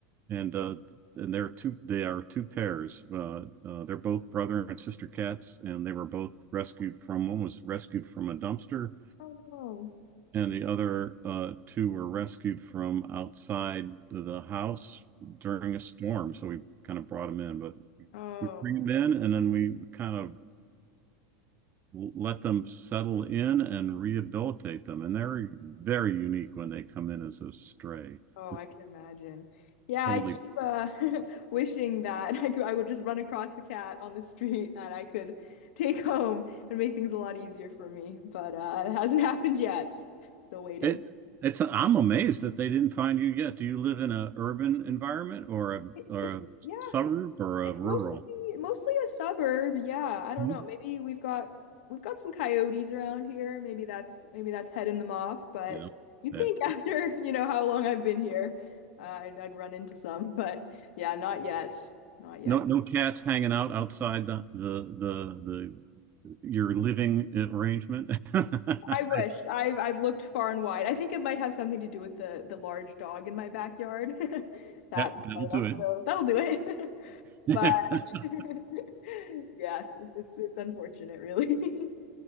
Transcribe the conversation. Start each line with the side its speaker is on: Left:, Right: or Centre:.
Right: and uh, and they're two. They are two pairs. Uh, uh, they're both brother and sister cats, and they were both rescued from. One was rescued from a dumpster
Left: Oh no.
Right: and the other uh, two were rescued from outside the house during a storm. So we kind of brought them in, but
Left: Oh,
Right: we bring them in and then we kind of let them settle in and rehabilitate them. And they're very unique when they come in as a stray.
Left: oh,
Right: It's
Left: I can imagine. Yeah,
Right: totally
Left: I keep uh <laughs> wishing that I could I would just run across a cat on the street that I could take home and make things a lot easier for me. But uh it hasn't <laughs> happened yet. Still waiting.
Right: it. It's I'm amazed that they didn't find you yet. Do you live in an urban environment or a
Left: It-
Right: or
Left: It's
Right: a
Left: yeah.
Right: suburb or a
Left: It's
Right: rural?
Left: mostly mostly a suburb. Yeah, I don't
Right: Mhm.
Left: know. Maybe we've got we've got some coyotes around here. Maybe that's maybe that's heading them off, but
Right: Yeah,
Left: you'd
Right: that
Left: think <laughs> after, you know, how long I've been here, uh, I'd, I'd run into some, <laughs> but yeah, not yet. Not yet.
Right: No, no cats hanging out outside the the the the your living arrangement. <laughs> I-
Left: I wish. I've I've looked far and wide. I think it might have something to do with the the large dog in my backyard. <laughs> That
Right: That that'll
Left: might
Right: do
Left: also
Right: it.
Left: that'll do it. <laughs>
Right: <laughs>
Left: But <laughs> yes, it's it's, it's unfortunate, really. <laughs>